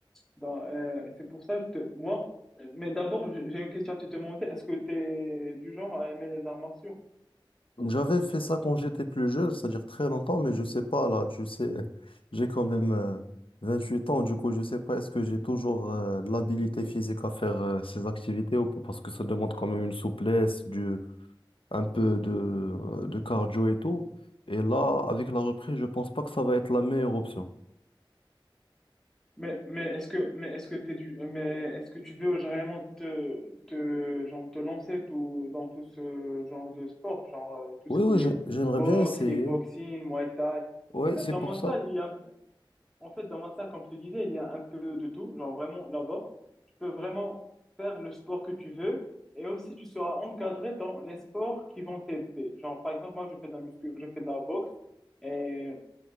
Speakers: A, in the centre; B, on the left.
A: Dans, euh, c'est pour ça que je te, moi, euh, mais d'abord, j'ai j'ai une question à te demander. Est-ce que tu es du genre à aimer les arts martiaux?
B: J'avais fait ça quand j'étais plus jeune, c'est-à-dire très longtemps, mais je sais pas, là, tu sais, <laughs> j'ai quand même euh, huit ans, du coup, je sais pas, est-ce que j'ai toujours euh, de l'habilité physique à faire euh, ces activités ou pas, parce que ça demande quand même une souplesse, du, un peu de, euh, de cardio et tout. Et là, avec la reprise, je pense pas que ça va être la meilleure option.
A: Mais, mais est-ce que mais est-ce que t'es du mais est-ce que tu veux vraiment te, te genre te lancer tout dans tout ce genre de sport genre euh, tout
B: Oui,
A: ce qui
B: oui,
A: est
B: j'ai- j'aimerais
A: boxe
B: bien essayer.
A: kickboxing Muay Thai
B: Oui,
A: en fait
B: c'est
A: dans
B: pour
A: ma
B: ça.
A: salle il y a en fait dans ma salle comme je te disais il y a un peu de tout genre vraiment là-bas tu peux vraiment faire le sport que tu veux et aussi tu seras encadré dans les sports qui vont t'aider genre par exemple moi je fais de la muscu je fais de la boxe et